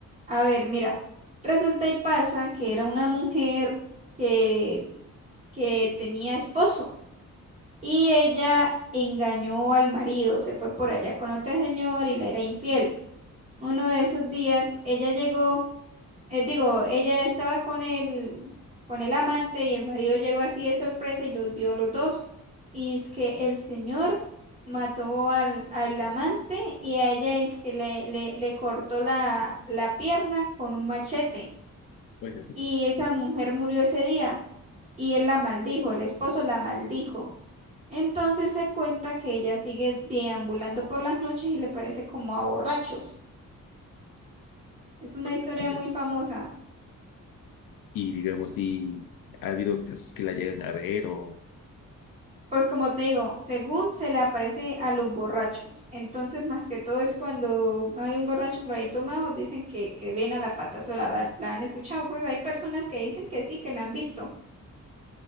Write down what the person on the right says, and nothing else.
A ver, mira. Resulta y pasa que era una mujer que, que tenía esposo. Y ella engañó al marido, se fue por allá con otro señor y le era infiel. Uno de esos días ella llegó, eh, digo, ella estaba con el, con el amante y el marido llegó así de sorpresa y los vio a los dos. Y es que el señor mató al, al amante y a ella es que le, le, le cortó la, la pierna con un machete.
Y esa mujer murió ese día y él la maldijo, el esposo la maldijo. Entonces se cuenta que ella sigue deambulando por las noches y le parece como a borrachos. Es una
historia
muy
famosa.
Pues como te digo, según se le aparece a los borrachos. Entonces, más que todo es cuando hay un borracho por ahí tomado, dicen que, que ven a la pata sola. La, la han escuchado. Pues hay personas que dicen que sí, que la han visto. <laughs>